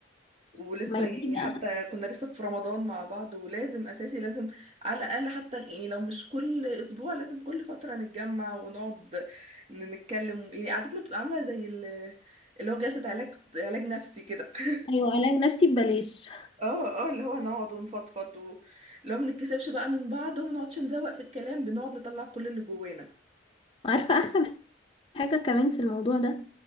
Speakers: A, on the right; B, on the left.
A: ولسه
B: ما يجي
A: يعني
B: بقى
A: حتى كنا لسه في رمضان مع بعض ولازم اساسي لازم على الاقل حتى يعني لو مش كل اسبوع لازم كل فتره نتجمع ونقعد ن- نتكلم يعني قعدتنا بتبقى عامله زي ال- اللي هو جلسه علاج علاج نفسي كده <laughs>
B: ايوه علاج نفسي ببلاش
A: اه اه اللي هو نقعد ونفضفض و- اللي هو ما بنتكسفش بقى من بعض وما نقعدش نزوق في الكلام بنقعد نطلع كل اللي جوانا
B: عارفة احسن حاجة كمان في الموضوع ده